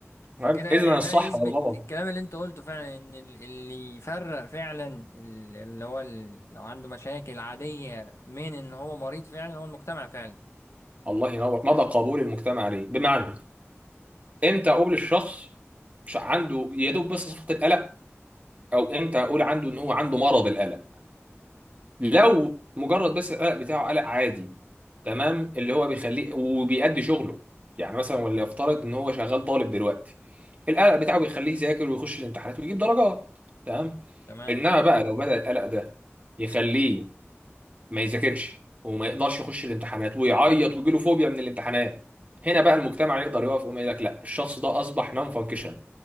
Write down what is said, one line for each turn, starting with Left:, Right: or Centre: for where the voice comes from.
Left: فكده
Right: تمام
Left: يعني
Right: اذا الصح
Left: ده يثبت
Right: والغلط
Left: الكلام اللي انت قلته فعلا ان ال- اللي يفرق فعلا ال- اللي هو ال- لو عنده مشاكل عادية من ان هو مريض فعلا هو المجتمع فعلا
Right: الله ينور مدى قبول المجتمع ليه بمعنى امتى اقول الشخص مش عنده يا دوب بس صفة القلق او امتى اقول عنده ان هو عنده مرض القلق لو مجرد بس القلق بتاعه قلق عادي تمام اللي هو بيخليه وبيأدي شغله يعني مثلا وليفترض ان هو شغال طالب دلوقتي القلق بتاعه بيخليه يذاكر ويخش الامتحانات ويجيب درجات تمام
Left: تمام
Right: انما بقى لو بدأ القلق ده يخليه ما يذاكرش وما يقدرش يخش الامتحانات ويعيط ويجيله فوبيا من الامتحانات هنا بقى المجتمع يقدر يقف ويقوم يقول لك لا الشخص ده اصبح نون فانكشن